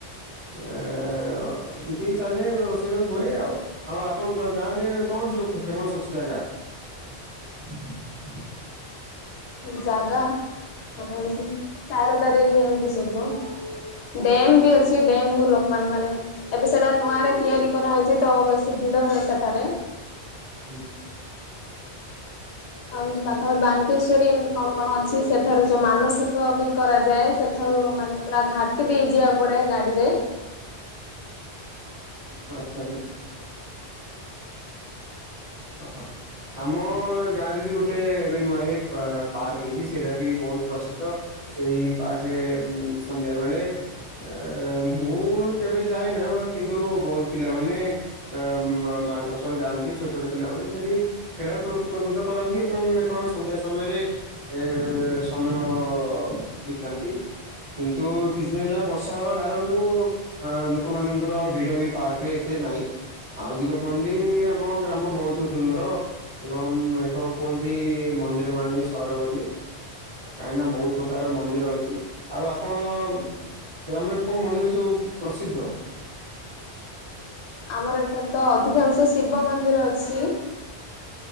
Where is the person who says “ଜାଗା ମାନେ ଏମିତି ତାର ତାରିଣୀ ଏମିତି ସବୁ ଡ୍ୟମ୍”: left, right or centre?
Left